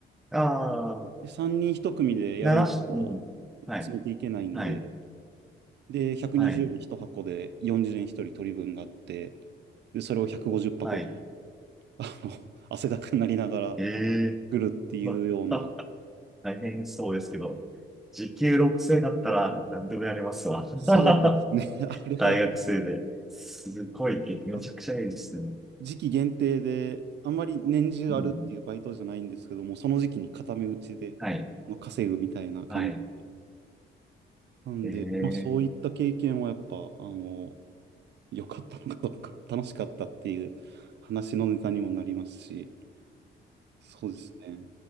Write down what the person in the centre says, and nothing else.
ああ、
鳴らし、うん。はい、
はい、
はい、
はい。
ええ
まあ、大変そうですけど、時給6 0だったら何でもやりますわ。<laughs>
大学生で。すごいね、めちゃくちゃいいですね。
うん、
はい、
はい。
ええ